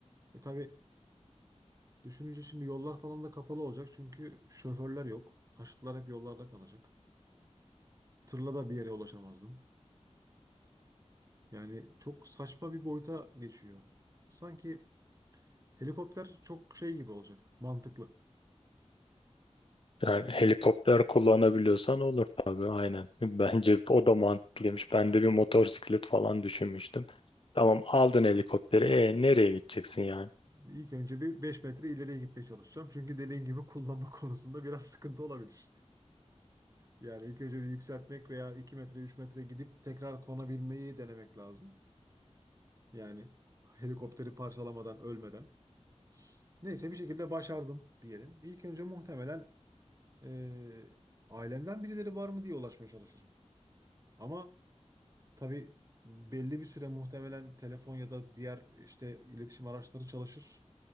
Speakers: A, on the right; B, on the left.
A: E tabii düşününce şimdi yollar falan da kapalı olacak çünkü şoförler yok. Taşıtlar hep yollarda kalacak. Tırla da bir yere ulaşamazdım. Yani çok saçma bir boyuta geçiyor. Sanki Helikopter çok şey gibi olacak. Mantıklı. Yani
B: Yani helikopter kullanabiliyorsan olur tabii aynen. <laughs> Bence o da mantıklıymış. Ben de bir motosiklet falan düşünmüştüm. Tamam aldın helikopteri. E nereye gideceksin yani?
A: ilk önce bir 5 metre ileriye gitmeye çalışacağım. Çünkü dediğin gibi kullanma <laughs> konusunda biraz sıkıntı olabilir. Yani ilk önce bir yükseltmek veya 2 metre 3 metre gidip tekrar konabilmeyi denemek lazım. Yani helikopteri parçalamadan ölmeden. Neyse bir şekilde başardım diyelim. İlk önce muhtemelen eee, ailemden birileri var mı diye ulaşmaya çalışırım. Ama tabii belli bir süre muhtemelen telefon ya da diğer işte iletişim araçları çalışır.